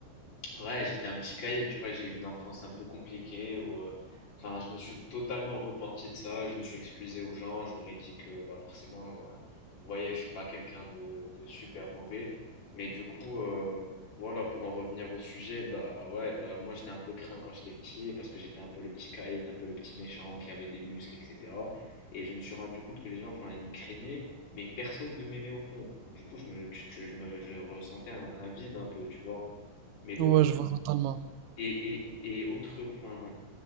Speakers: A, on the left (about 45°); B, on the right (about 85°).
A: Ouais, j'étais un petit cahier, tu vois, j'ai eu une enfance un peu compliquée où, euh, enfin, je me suis totalement repenti de ça, je me suis excusé aux gens, je leur ai dit que, bah, forcément, voilà, vous voyez, je suis pas quelqu'un de, de super mauvais, mais du coup, euh, voilà, pour en revenir au sujet, bah, ouais, bah, moi, j'étais un peu craint quand j'étais petit parce que j'étais un peu le petit caïd, un peu le petit méchant qui avait des muscles, etc. Et je me suis rendu compte que les gens, enfin, ils me craignaient, mais personne ne m'aimait au fond. Du coup, je me, tu- tu- je me- je ressentais un un vide un peu, tu vois. Mais le,
B: Ouais, je vois totalement.
A: et, et, et autre, enfin,